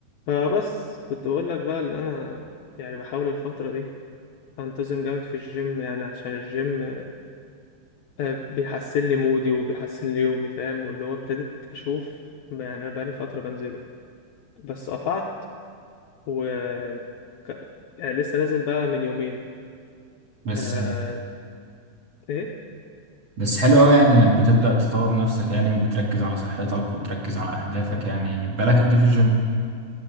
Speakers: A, on the left; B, on the right.
A: فبس كنت بقول لك بقى اللي انا يعني بحاول الفترة دي انتظم جامد في الجيم يعني عشان الجيم آه، بيحسن لي مودي وبيحسن لي يومي فاهم واللي هو ابتديت اشوف يعني انا بقالي فترة بنزله بس قطعت و ك- يعني لسه نازل بقى من يومين
B: بس
A: أه... ايه
B: بس حلو قوي يعني انك بتبدأ تطور نفسك يعني وبتركز على صحتك وتركز على اهدافك يعني بالك قد ايه في الجيم